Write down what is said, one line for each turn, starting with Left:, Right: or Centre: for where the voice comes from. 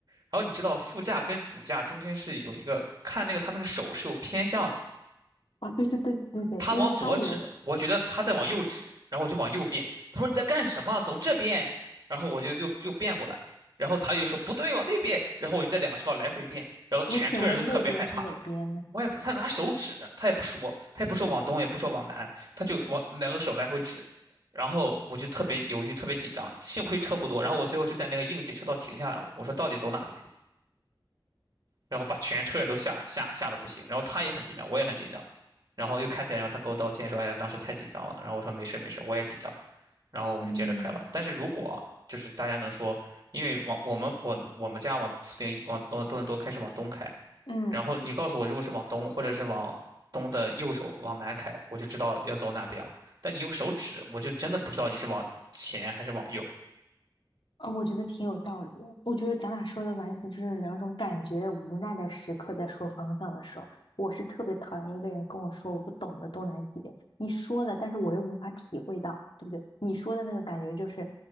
Right: 然后你知道副驾跟主驾中间是有一个看那个他那个手是有偏向的，
Left: 啊，对对对对对，
Right: 他往左指，
Left: 因为他以为，
Right: 我觉得他在往右指，然后我就往右变。他说你在干什么？走这边。然后我就又又变过来，然后他又说不对，往那边。然后我就在两车道来回变，然后全车人都特别害怕。
Left: 我请问那边是哪边呢？
Right: 我也不，他拿手指，他也不说，他也不说往东，也不说往南，他就往两个手来回指，然后我就特别犹豫，特别紧张，幸亏车不多，然后我最后就在那个应急车道停下来了，我说到底走哪边，然后把全车人都吓吓吓得不行，然后他也很紧张，我也很紧张，然后又开起来，然后他给我道歉说，哎呀，当时太紧张了，然后我说没事没事，我也紧张，然后我们就接着开了，
Left: 嗯。
Right: 但是如果就是大家能说，因为往我们我我们家往四零一往多多伦多开是往东开，
Left: 嗯。
Right: 然后你告诉我，如果是往东，或者是往东的右手往南开，我就知道要走哪边了。但你用手指，我就真的不知道你是往前还是往右。
Left: 啊、我觉得挺有道理的。我觉得咱俩说的完全就是两种感觉的无奈的时刻，在说方向的时候，我是特别讨厌一个人跟我说我不懂的东南西北。你说了，但是我又无法体会到，对不对？你说的那个感觉就是